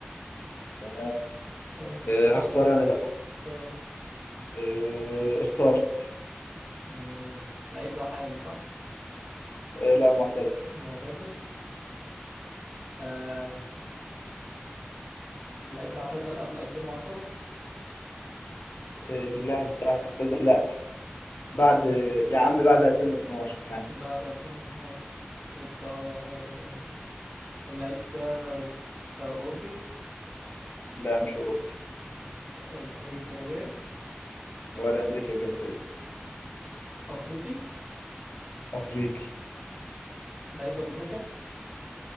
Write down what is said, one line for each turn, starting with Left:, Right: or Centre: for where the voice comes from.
Left: تمام
Right: ماشي
Left: آه،
Right: اختار
Left: هختار أنا بقى
Right: اختار
Left: آه، اخترت
Right: مم. اللعيب ده حالي صح؟
Left: آه، لا معتزل
Right: معتزل آه. اللعيب ده اعتزل قبل 2010
Left: آه، اللاعب ده اعتزل لا بعد
Right: مم.
Left: يا عم بعد 2012 ها
Right: بعد 2012 وبدأ يا لهوي. اللعيب ده آه، أوروبي
Left: لا مش أوروبي
Right: آه، أمريكا الجنوبية
Left: ولا أمريكا الجنوبية
Right: أفريقي
Left: أفريقي
Right: اللعيب ده أبو تريكة